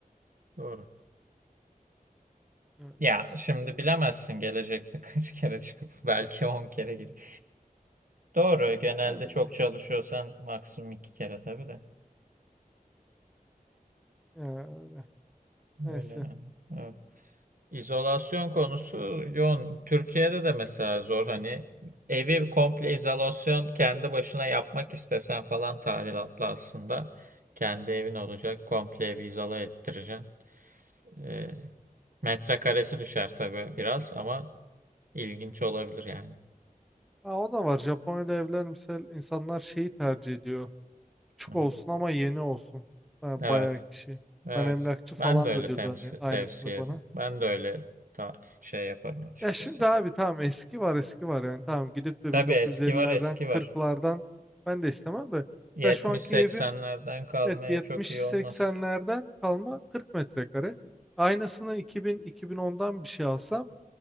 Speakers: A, on the right; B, in the centre.
A: Doğru.
B: Öyle
A: Ya
B: işte.
A: şimdi bilemezsin gelecekte <laughs> kaç kere çıkıp belki 10 kere girip. Doğru genelde
B: Yani,
A: çok çalışıyorsan maksimum 2 kere tabii de.
B: yani öyle. Neyse.
A: Öyle yani. İzolasyon konusu yoğun. Türkiye'de de mesela zor hani evi komple izolasyon kendi başına yapmak istesen falan tadilatlı aslında. Kendi evin olacak komple evi izole ettireceksin. Ee, metrekaresi düşer tabii biraz ama ilginç olabilir yani.
B: Ha, o da var. Japonya'da evler mesela insanlar şeyi tercih ediyor. Küçük
A: Hı-hı.
B: olsun ama yeni olsun. Ha,
A: Evet.
B: bayağı kişi.
A: Evet.
B: Ben emlakçı falan
A: Ben de öyle
B: da diyordu
A: temsi-
B: hani aynısını
A: tavsiye
B: bana.
A: ederim. Ben de öyle ta şey yaparım açıkçası.
B: Ya şimdi abi tamam eski var eski var yani tamam gidip de
A: Tabii
B: 1950'lerden
A: eski var eski var.
B: 40'lardan ben de istemem de.
A: 70-80'lerden
B: Mesela şu anki evim
A: kalmaya
B: evet 70-80'lerden
A: çok iyi olmaz.
B: kalma 40 metrekare. Aynısını 2000-2010'dan bir şey alsam